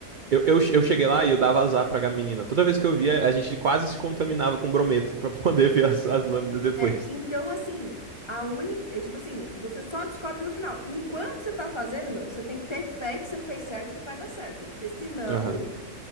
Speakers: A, on the right (about 60°); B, on the left (about 20°).
A: Eu, eu, eu cheguei lá e eu dava azar pra menina. Toda vez que eu via, a gente quase se contaminava com brometo pra <laughs> poder ver as, as lâminas depois.
B: É, então, assim, a única. é, Tipo assim, você só descobre no final. Enquanto você tá fazendo, meu, você tem que ter fé que você fez certo e que vai dar certo. Porque senão.
A: Aham.